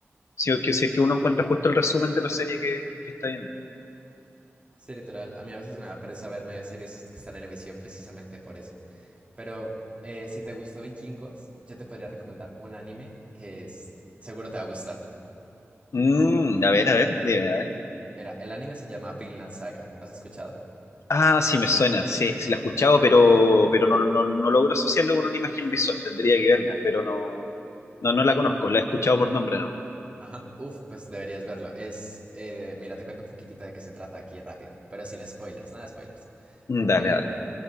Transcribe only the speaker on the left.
si, es que, si es que uno encuentra justo el resumen de la serie que, que está viendo.
Mm, a ver, a ver, dime,
Ah, sí, me suena, sí, sí la he escuchado, pero, pero no, no, no logro asociarlo con una imagen visual, tendría que verla, pero no, no, no la conozco, la he escuchado por nombre, no.
Mm, Dale,
dale.